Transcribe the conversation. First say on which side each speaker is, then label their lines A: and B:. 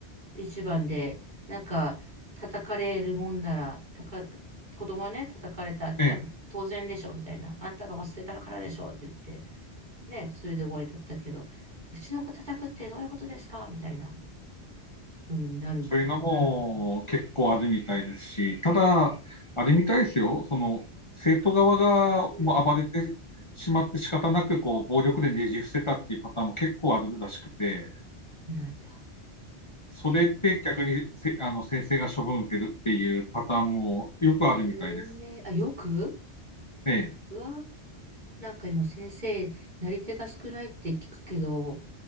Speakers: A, on the right; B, on the left.
A: 一番で、なんか、叩かれるもんなら、たか、子供はね、叩かれたったら当然でしょ、
B: <laughs> え
A: みたいな。あんたが忘れたからでしょ、って言って、ね、それで終わりだったけど、うちの子叩くってどういうことですかみたいな風になるんかな。
B: そういうのも結構あるみたいですし、ただ、あれみたいですよ、その生徒側がもう暴れてしまって仕方なくこう暴力でねじ伏せたっていうパターンも結構あるらしくて、
A: うん。なんだ。
B: それで逆にせあの先生が処分を受けるっていうパターンもよくあるみたいです。
A: へえ。ええあ、よく
B: え
A: うわ、なんか今先生、なり手が少ないって聞くけど、